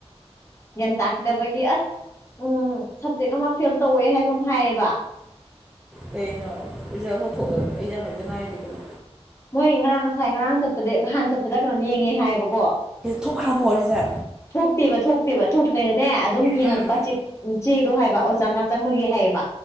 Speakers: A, on the left; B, in the centre.
A: ꯒ꯭ꯌꯥꯟ ꯇꯥꯈꯤꯗꯕꯒꯤ ꯑꯁ ꯎꯝ ꯁꯕꯖꯦꯛ ꯑꯃ ꯐꯦꯜ ꯇꯧꯋꯦ ꯍꯥꯏꯅꯒꯨꯝ ꯍꯥꯏꯌꯦꯕ꯫
B: ꯀꯩꯅꯣ? ꯑꯦꯛꯖꯝ <unintelligible> ꯉꯥꯏꯔꯤꯗꯨꯕꯣ꯫
A: ꯃꯣꯏ ꯉꯔꯥꯡ ꯉꯁꯥꯏ ꯉꯔꯥꯡ ꯆꯠꯄꯗ ꯅꯍꯥꯟ ꯆꯠꯄꯗ ꯀꯩꯅꯣꯝ ꯌꯦꯡꯉꯦ ꯍꯥꯏꯌꯦꯕꯀꯣ꯫
B: ꯊꯣꯛꯈ꯭ꯔꯕꯣ ꯔꯤꯖꯜ
A: ꯊꯣꯛꯇꯦꯕ ꯊꯣꯛꯇꯦꯕ ꯊꯣꯛꯇ꯭ꯔꯤꯉꯩꯗꯅꯦ ꯑꯗꯨꯝ ꯌꯦꯡꯉꯛꯄ
B: ꯎꯝ
A: ꯆꯤꯞ ꯆꯦꯗꯣ ꯍꯥꯏꯕ ꯑꯣꯖꯥꯝ ꯃꯅꯥꯛ ꯆꯪꯕꯒꯤ ꯍꯥꯏꯌꯦꯕ꯫